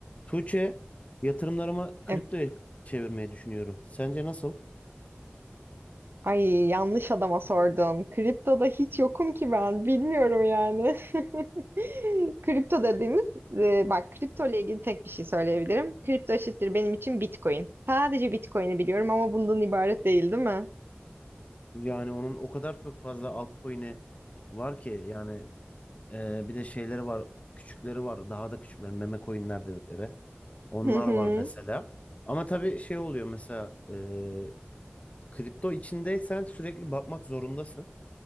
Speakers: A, on the left; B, on the right.
A: Tuğçe, yatırımlarımı kriptoya
B: E,
A: çevirmeyi düşünüyorum. Sence nasıl?
B: ay yanlış adama sordun. Kriptoda hiç yokum ki ben. Bilmiyorum yani. <laughs> Kripto dediğimiz e, bak kripto ile ilgili tek bir şey söyleyebilirim. Kripto eşittir benim için Bitcoin. Sadece Bitcoin'i biliyorum ama bundan ibaret değil, değil mi?
A: Yani onun o kadar çok fazla altcoin'i var ki yani e, bir de şeyleri var, küçükleri var, daha da küçükleri meme coin'ler dedikleri. Onlar
B: <laughs>
A: var mesela. Ama tabii şey oluyor mesela e, kripto içindeysen sürekli bakmak zorundasın.